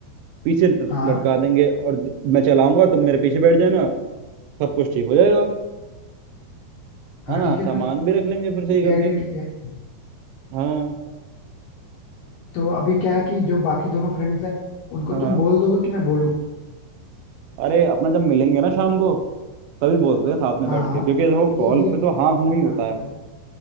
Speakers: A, on the right; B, on the left.
A: पीछे
B: हाँ
A: लटका देंगे और द- मैं चलाऊंगा तुम मेरे पीछे बैठ जाना सब कुछ ठीक हो जाएगा
B: हाँ
A: है ना
B: ठीक है
A: सामान
B: फिर
A: भी रख लेंगे फिर सही
B: ये भी
A: करके
B: आइडिया ठीक है
A: हाँ
B: तो अभी क्या है कि जो बाकी दोनों फ्रेंड्स हैं उनको
A: हाँ हाँ
B: तुम बोल दोगे कि मैं बोलूँ
A: अरे अपना जब मिलेंगे ना शाम को तभी बोलते हैं साथ में
B: हाँ
A: बैठ
B: हाँ
A: के क्योंकि देखो
B: ये
A: कॉल
B: ये
A: पे
B: चीजें
A: तो
B: ठीक
A: हाँ हूँ
B: है शाम
A: ही होता
B: को
A: है
B: हो जाए